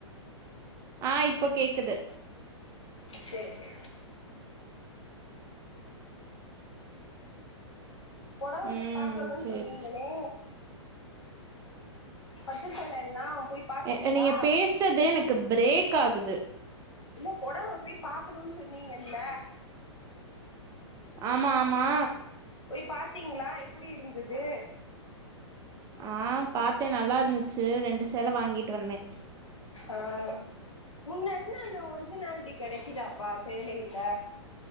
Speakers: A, on the right; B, on the left.
A: ஆஹ் இப்போ கேக்குது
B: சரி சரி உடம்ப
A: ம்
B: போய் பாக்கணுனு
A: சேரி
B: சொன்னீங்களே பட்டசால எல்லாம் போய் பாத்தீங்களா
A: சே நீங்க பேசுறது எனக்கு பிரேக் ஆகுது
B: இல்ல பொடவ போய் பாக்கணும்னு சொன்னீங்க இல்ல
A: ஆமா ஆமா
B: போய் பாத்தீங்களா எப்படி இருந்தது
A: ஆ பாத்தே நல்லா இருந்துச்சு ரெண்டு சேல வாங்கிட்டு வந்தே
B: ஆஹ் முன்ன இருந்தா அந்த ஒரிஜினாலிட்டி கெடைக்குதாப்பா சேலைல்ல